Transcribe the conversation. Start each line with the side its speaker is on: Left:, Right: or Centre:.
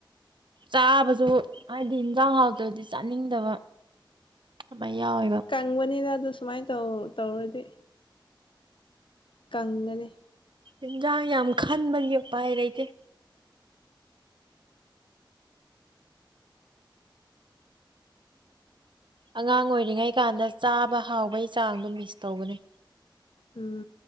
Right: ꯆꯥꯕꯁꯨ ꯍꯥꯏꯗꯤ ꯏꯟꯖꯥꯡ ꯍꯥꯎꯇ꯭ꯔꯗꯤ ꯆꯥꯅꯤꯡꯗꯕ ꯑꯗꯨꯥꯏ ꯌꯥꯎꯋꯦꯕ <inaudible>
Left: ꯀꯪꯕꯅꯤꯗ ꯑꯗꯨ ꯁꯨꯃꯥꯏꯅ ꯇꯧ ꯇꯧꯔꯗꯤ ꯀꯪꯒꯅꯦ
Right: ꯏꯟꯖꯥꯡ ꯌꯥꯝ ꯈꯟꯕꯒꯤ ꯎꯄꯥꯏ ꯂꯩꯇꯦ ꯑꯉꯥꯡ ꯑꯣꯏꯔꯤꯉꯩ ꯀꯥꯟꯗ ꯆꯥꯕ ꯍꯥꯎꯕꯩ ꯆꯥꯡꯗꯣ ꯃꯤꯁ ꯇꯧꯕꯅꯦ
Left: ꯎꯝ